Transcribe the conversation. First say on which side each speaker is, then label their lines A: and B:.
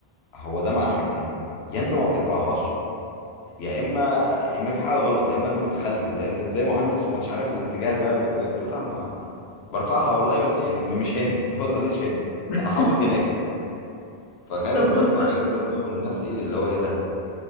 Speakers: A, on the left; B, on the left.
A: هو ده معناه حاجتين يا انت ما بترجعهاش يا اما يا اما في حاجه غلط يا اما انت متخلف انت انت ازاي مهندس ومش عارف الاتجاه ده من الاتجاه ده قلت له لا ما برقعها والله بس يعني مش هنا <laughs> ما بصليش هنا
B: <laughs>
A: انا حافظ هناك فكانت
B: طب
A: بصه
B: بص
A: غريبه اللي هو من الناس ايه اللي هو ايه ده